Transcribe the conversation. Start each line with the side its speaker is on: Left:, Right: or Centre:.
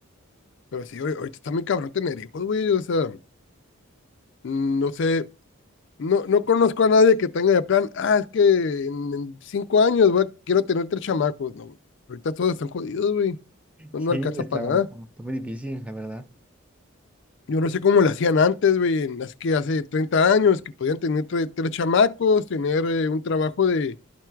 Left: Pero sí, ahorita está muy cabrón tener hijos, güey. O sea, mm, no sé, no, no conozco a nadie que tenga de plan, ah, es que en, en cinco años, güey, quiero tener tres chamacos. No, güey. Ahorita todos están jodidos, güey. No,
Centre: Sí,
Left: no alcanza
Centre: está,
Left: para nada.
Centre: está muy difícil, la verdad.
Left: Yo no sé cómo lo hacían antes, güey, en las que hace 30 años, que podían tener tre- tres chamacos, tener eh, un trabajo de,